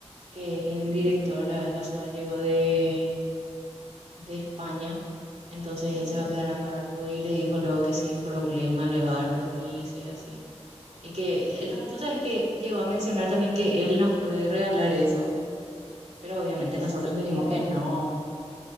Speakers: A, on the right; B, on the left.
A: que es el
B: Ujú,
A: director, la vez pasada llegó de, de España. Entonces
B: Ujú.
A: él se va a quedar a cargo y le dijo luego que sin problema le va a dar permiso y así. Y que él,
B: Ah,
A: tú sabes que llegó a mencionar también que él nos puede regalar eso, pero obviamente
B: ¿en
A: nosotros
B: serio?
A: le dijimos que no,